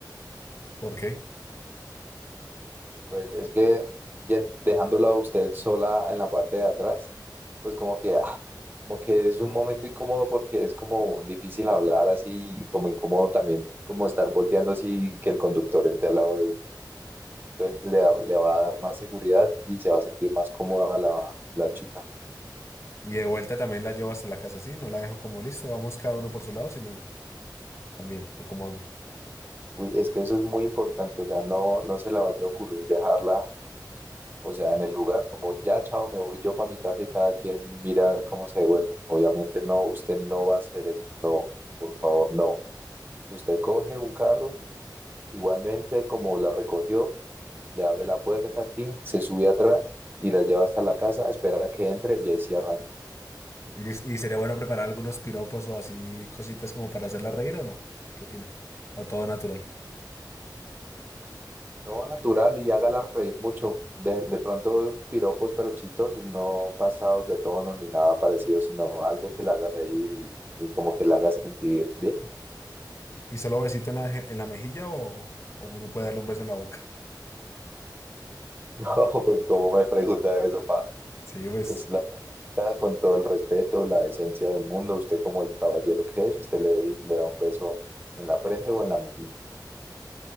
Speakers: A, on the left (about 40°); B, on the right (about 25°).
A: ¿Por qué?
B: Pues es que yen- dejándola a usted sola en la parte de atrás, pues como que, ah, como que es un momento incómodo porque es como difícil hablar así, como incómodo también, como estar volteando así que el conductor esté al lado de uno. Entonces le, da- le va a dar más seguridad y se va a sentir más cómoda la, la chica.
A: Y de vuelta también la llevo hasta la casa, ¿sí? No la dejo como listo, vamos cada uno por su lado, sino también, o cómo hago.
B: Uy, es que eso es muy importante, o sea, no, no se le vaya a ocurrir dejarla O sea, en el lugar, como ya, chao, me voy yo para mi casa y cada quien mira a ver cómo se devuelve. Obviamente no, usted no va a hacer eso. No, por favor, no. Usted coge un carro, igualmente como la recogió, le abre la puerta, tin, se sube atrás y la lleva hasta la casa, espera a que entre y ahí sí arranca.
A: Y, lis- y sería bueno preparar algunos piropos o así cositas como para hacerla reír o no. ¿Qué opina? O todo natural.
B: Todo natural y hágala reír mucho. De, de pronto piropos, pero chistosos, no pasados de tono ni nada parecido, sino algo que la haga reír y, y como que la haga sentir bien.
A: ¿Y solo besito en la, je- en la mejilla o, o uno puede darle un beso en la boca? <laughs>
B: <laughs> No, pues como me pregunta eso, pa,
A: Sí, pues.
B: pues la pregunta con todo el respeto, la decencia del mundo, usted como el caballero que es, usted le, le da un beso en la frente o en la mejilla.